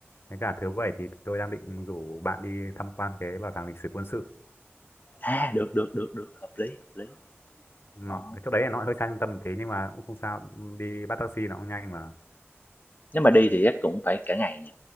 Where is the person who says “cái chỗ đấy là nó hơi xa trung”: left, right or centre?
Left